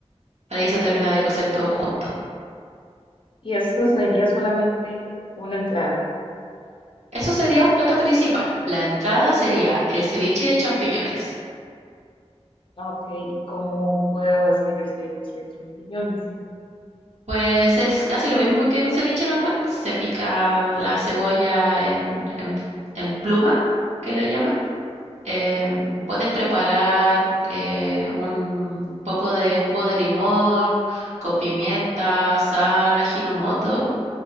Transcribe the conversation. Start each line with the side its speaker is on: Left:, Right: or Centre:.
Right: Para ahí se termina de cocer
Left: sí
Right: todo junto.
Left: Ajá. Y esto sería solamente una entrada.
Right: Eso sería un plato principal. La entrada sería el ceviche de champiñones.
Left: Ah, Ok, ¿y cómo puedo hacer el ceviche de champiñones?
Right: Pues es casi lo mismo que un ceviche normal. Se pica la cebolla en, en, en pluma, que le llaman. Em, puedes preparar eh, un poco de jugo de limón con pimienta, sal, ajinomoto